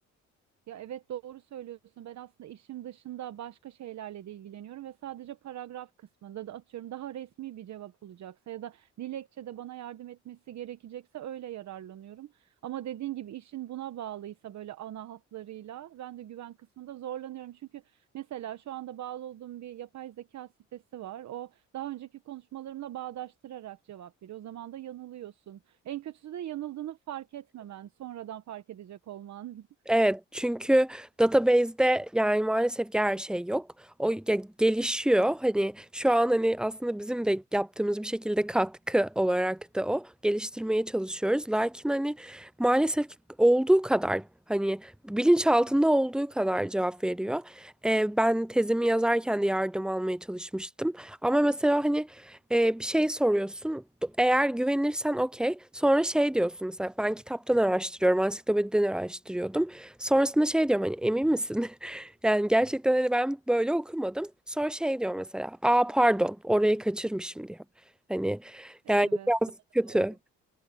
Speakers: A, on the right; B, in the centre.
A: Ya evet doğru söylüyorsun. Ben aslında işim dışında başka şeylerle de ilgileniyorum ve sadece paragraf kısmında da atıyorum daha resmi bir cevap olacaksa ya da dilekçede bana yardım etmesi gerekecekse öyle yararlanıyorum. Ama dediğin gibi işin buna bağlıysa böyle ana hatlarıyla ben de güven kısmında zorlanıyorum. Çünkü mesela şu anda bağlı olduğum bir yapay zeka sitesi var. O daha önceki konuşmalarımla bağdaştırarak cevap veriyor. O zaman da yanılıyorsun. En kötüsü de yanıldığını fark etmemen, sonradan fark edecek olman. <laughs>
B: Evet çünkü database'de yani maalesef ki her şey yok. O ya gelişiyor. Hani şu an hani aslında bizim de yaptığımız bir şekilde katkı olarak da o geliştirmeye çalışıyoruz. Lakin hani maalesef ki olduğu kadar hani bilinçaltında olduğu kadar cevap veriyor. Ee, ben tezimi yazarken de yardım almaya çalışmıştım. Ama mesela hani e, bir şey soruyorsun. Eğer güvenirsen okey. Sonra şey diyorsun mesela ben kitaptan araştırıyorum, ansiklopediden araştırıyordum. Sonrasında şey diyorum hani emin misin? <laughs> Yani gerçekten hani ben böyle okumadım. Sonra şey diyor mesela. Aa pardon orayı kaçırmışım diyor. Hani
A: E,
B: yani
A: Evet,
B: biraz
A: bende
B: kötü.
A: de oldu.